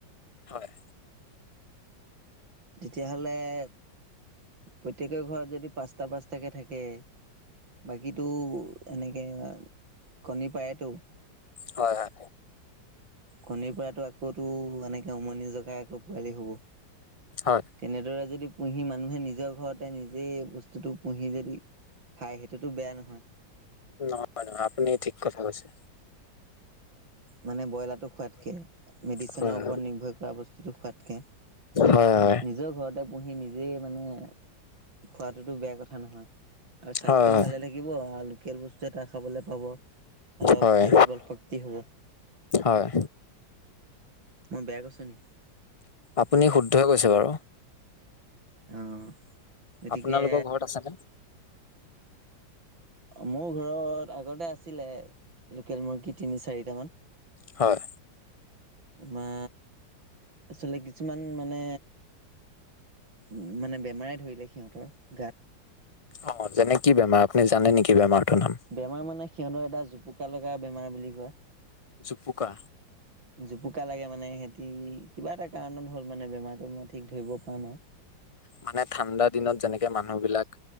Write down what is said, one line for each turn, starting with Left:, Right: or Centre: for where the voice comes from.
Left: হয়।
Right: তেতিয়াহলে প্ৰত্যেকৰ ঘৰত যদি পাঁচটা পাঁচটাকে থাকে- বাকীটো এনেকে কণী পায়তো।
Left: হয় হয়।
Right: কণীৰ পৰাতো আকৌতো এনেকে উমনি জকাই আকৌ পোৱালি হব।
Left: হয়।
Right: তেনেদৰে যদি পুহি মানুহে নিজৰ ঘৰতে নিজেই বস্তুটো পুহি যদি খাই সেইটোতো বেয়া নহয়।
Left: নহয় নহয়, আপুনি ঠিক কথা কৈছে।
Right: মানে ব্ৰইলাৰটো খোৱাতকে, মেডিচিনৰ
Left: হয়
Right: ওপৰত নিৰ্ভৰ কৰা বস্তুটো খোৱাতকে
Left: হয়
Right: নিজৰ ঘৰতে পুহি নিজেই মানে খোৱাতোতো বেয়া কথা নহয় আৰু স্বাস্থ্যও
Left: হয়
Right: ভালে থাক কিব আৰু লোকেল বস্তু এটা খাবলে পাব। অলপ
Left: হয়
Right: তেজ বল শক্তি হ'ব
Left: হয়।
Right: মই বেয়া কৈছোঁ নি?
Left: আপুনি শুদ্ধই কৈছে বাৰু।
Right: অ, গতিকে
Left: আপোনালোকৰ ঘৰত আছেনে
Right: অ মোৰ ঘৰত আগতে আছিলে লোকেল মুৰ্গী তিনি - চাৰিটামান।
Left: হয়।
Right: বা আচলতে কিছুমান মানে উম মানে বেমাৰে ধৰিলে সিহঁতৰ গাত
Left: অ যেনে কি বেমাৰ আপুনি জানে নেকি বেমাৰটোৰ নাম?
Right: বেমাৰ মানে সিহঁতৰ এটা জোপুকা লগা বেমাৰ বুলি কয়।
Left: জুপুকা।
Right: জোপুকা লাগে মানে সিহঁতি কিবা এটা কাৰণত হ'ল মানে বেমাৰটো মই ঠিক ধৰিব পৰা নাই।
Left: মানে ঠাণ্ডা দিনত যেনেকে মানুহবিলাক